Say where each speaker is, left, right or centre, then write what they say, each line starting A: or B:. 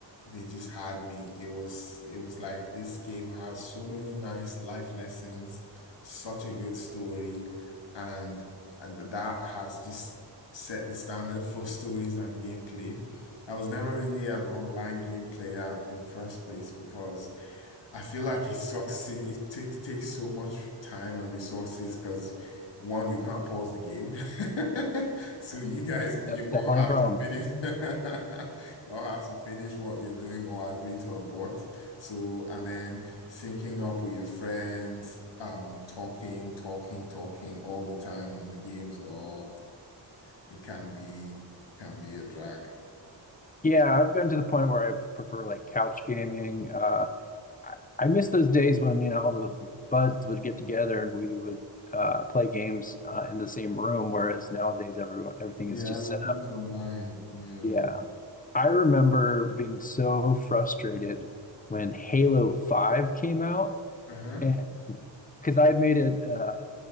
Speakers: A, on the left; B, on the left.
A: they just had me. It was it was like this game has so many nice life lessons, such a good story, and that has just set the standard for <laughs> stories and gameplay. I was never really an online game player in the first place because I feel like it sucks. It takes takes so much time and resources because one, you can't pause the game, <laughs> so you guys, you
B: That's
A: all
B: definitely
A: have
B: a problem.
A: to finish. <laughs> You all have to finish what you're doing or agree to a bot. So and then syncing up with your friends, um, talking, talking, talking all the time on the games, or it can be can be a drag.
B: Yeah, I've gotten to the point where I prefer like couch gaming. Uh, I I miss those days when, you know, all the buds would get together and we would uh, play games uh, in the same room, whereas nowadays everyone everything
A: Yeah,
B: is just
A: everything's
B: set up.
A: online. Yeah.
B: Yeah. I remember being so frustrated when Halo 5 came out
A: Uh-huh.
B: and because I had made it uh,